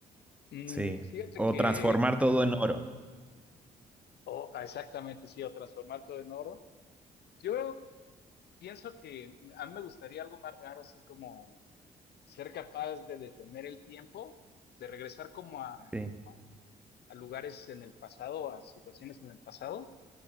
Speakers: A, on the left; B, in the centre.
A: Mm,
B: Sí.
A: fíjate
B: O
A: que,
B: transformar todo en oro.
A: o ah, exactamente, sí, o transformar todo en oro. Yo pienso que a mí me gustaría algo más raro, así como ser capaz de detener el tiempo, de regresar como a,
B: Sí,
A: a a lugares en el pasado, a situaciones en el pasado,